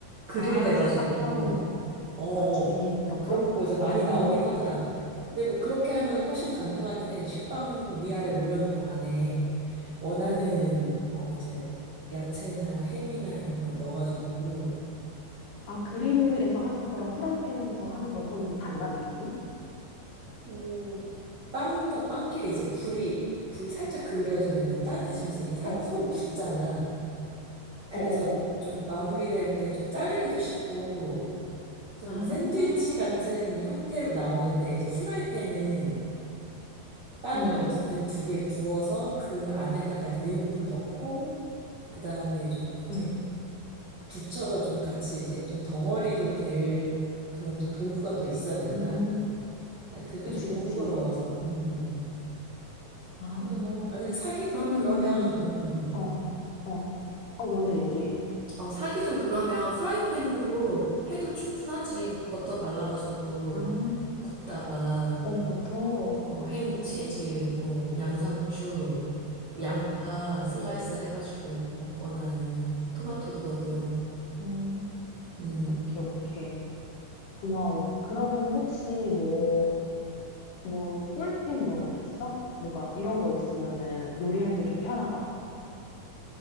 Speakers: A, on the right; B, on the left.
A: 그릴
B: 아,
A: 돼가지고,
B: 사각형
A: 어,
B: 같이 생긴
A: 어.
B: 그런
A: 그런
B: 거?
A: 거에서 많이
B: 아,
A: 나오긴 하더라. 근데 뭐, 그렇게 하면 훨씬 간편하긴 해. 식빵 위아래 올려놓고 안에. 원하는
B: 음,
A: 어 이제 야채나 햄이나 이런 거 넣어가지고
B: 아, 그릴에서 하는 거랑 후라이팬에서 하는 거랑 좀 달라, 느낌이?
A: 음 빵과 빵끼리 이제 불이 불이 살짝 그을려지면은 따뜻해지면서 이게 사-
B: 어, 어,
A: 서로 붙잖아. 그래서
B: 어, 어.
A: 좀 마무리될 때 좀 자르기도 쉽고 좀
B: 아,
A: 샌드위치 같은 형태로 나오는데 이제 후라이팬은 빵을
B: 응,
A: 어쨌든 두 개 구워서 그 안에다가 이제 내용물을 넣고 그다음에 좀 이제
B: 응,
A: 붙여서 좀 같이 이제 좀 덩어리로 될 그런 또 도구가 또 있어야 되잖아.
B: 음,
A: 그게
B: 그치,
A: 좀 번거로워서.
B: 그치.
A: 음, 음.
B: 아,
A: 그래서 뭐, 아, 근데 사기
B: 그러면은,
A: 좀 그러면, 음, 음, 음.
B: 어, 어, 어, 먼저 얘기해.
A: 어, 사기 좀 그러면 후라이팬으로 해도 충분하지. 버터 발라가지고
B: 아, 어,
A: 굽다가,
B: 버터.
A: 어, 햄,
B: 오케이, 오케이.
A: 치즈, 뭐, 양상추, 뭐 양파 슬라이스 해가지고 먹거나 아니면 토마토도 넣어도 되고,
B: 음,
A: 음.
B: 오케이, 오케이. 고마워. 그러면은 혹시 뭐, 뭐, 꿀템 이런 것도 있어? 뭔가 이런 거 있으면은 요리할 때 좀 편하다.